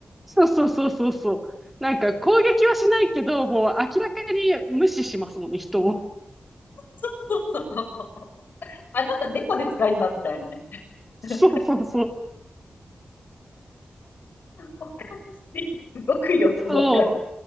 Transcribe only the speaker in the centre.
そうそうそうそうそう。なんか攻撃はしないけど、もう明らかに無視しますもんね、人を。
<laughs> そうそうそう。
そ